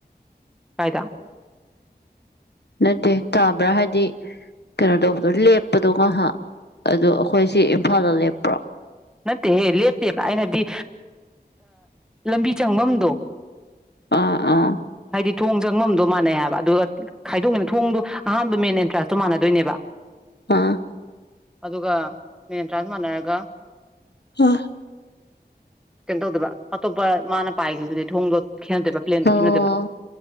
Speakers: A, in the centre; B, on the left (about 75°).
A: ꯀꯥꯏꯗ
B: ꯅꯠꯇꯦ ꯇꯥꯕ꯭ꯔꯥ ꯍꯥꯏꯗꯤ ꯀꯩꯅꯣ ꯇꯧꯕꯗꯣ ꯂꯦꯞꯄꯗꯣ ꯉꯥꯏꯍꯥꯛ ꯑꯗꯨ ꯑꯩꯈꯣꯏꯁꯤ ꯏꯝꯐꯥꯜꯗ ꯂꯦꯞꯄ꯭ꯔꯣ
A: ꯅꯠꯇꯦꯍꯦ ꯂꯦꯞꯇꯦꯕ ꯑꯩꯅꯗꯤ ꯂꯝꯕꯤ ꯆꯪꯐꯝꯗꯣ
B: ꯑꯥ ꯑꯥ
A: ꯍꯥꯏꯗꯤ ꯊꯣꯡ ꯆꯪꯉꯝꯗꯧ ꯃꯅꯦ ꯍꯥꯏꯕ ꯑꯗꯨ ꯑꯗꯨꯒ ꯈꯥꯏꯗꯣꯛꯅꯅꯤ ꯊꯣꯡꯗꯣ ꯑꯍꯥꯟꯕ ꯃꯦꯟꯟꯅ ꯇ꯭ꯔꯥꯁꯇꯣ ꯃꯥꯟꯅꯗꯣꯏꯅꯦꯕ
B: ꯑꯥ
A: ꯑꯗꯨꯒ ꯃꯤꯦꯟꯇ꯭ꯔꯥꯟꯥꯁ ꯃꯥꯟꯅꯔꯒ
B: ꯑ
A: ꯀꯇ ꯍꯧꯗꯕ ꯑꯇꯣꯞꯄ ꯃꯥꯅ ꯄꯥꯏꯈꯤꯕꯗꯨꯗꯤ ꯊꯣꯡꯗꯣ ꯈꯦꯠꯅꯗꯕ ꯄ꯭ꯂꯦꯟꯗ
B: ꯑꯣ
A: ꯈꯦꯠꯅꯗꯕ